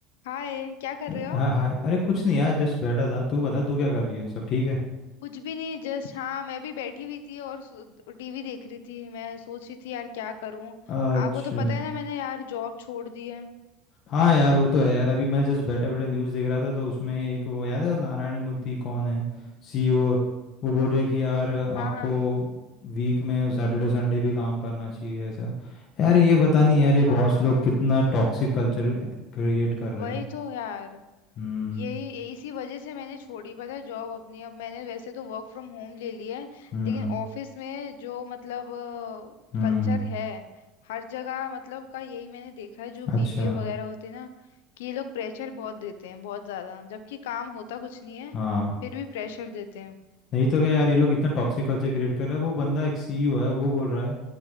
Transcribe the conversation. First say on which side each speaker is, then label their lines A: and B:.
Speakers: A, on the left; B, on the left.
A: हाय क्या कर
B: हाँ
A: रहे हो आप?
B: हाँ अरे कुछ नहीं यार जस्ट बैठा था तू बता तू क्या कर रही है सब ठीक है
A: कुछ भी नहीं जस्ट हाँ मैं भी बैठी हुई थी और टीवी देख रही थी मैं सोच रही थी यार क्या करूं
B: अच्छा
A: आपको तो
B: हम्म।
A: पता है ना मैंने यार जॉब छोड़ दी है
B: हाँ यार वो तो है यार अभी मैं जस्ट बैठे बैठे न्यूज़ देख रहा था तो उसमें एक वो याद है वो नारायण मूर्ति कौन है सीईओ वो बोल रहे कि यार आपको
A: हाँ हाँ
B: वीक में सैटरडे संडे भी काम करना चाहिए ऐसा यार ये पता नहीं
A: ओ
B: यार ये
A: हाँ
B: बॉस
A: हाँ
B: लोग
A: हाँ
B: कितना टॉक्सिक कल्चर क्रिएट कर रहे
A: वही
B: हैं
A: तो यार
B: हम्म
A: यही इसी वजह से मैंने छोड़ी पता है जॉब अपनी अब मैंने वैसे तो वर्क फ्रॉम होम ले लिया है
B: हम्म
A: लेकिन ऑफिस में जो मतलब
B: हम्म
A: कल्चर है हर जगह मतलब का यही मैंने देखा है जो
B: अच्छा
A: बीपीओ वगैरह होते हैं ना कि ये लोग प्रेशर बहुत देते हैं बहुत ज्यादा जबकि काम होता कुछ नहीं है
B: हाँ
A: फिर भी प्रेशर देते हैं
B: नहीं तो क्या यार ये लोग इतना टॉक्सिक कल्चर क्रिएट कर रहा है वो बंदा एक सीईओ है वो बोल रहा है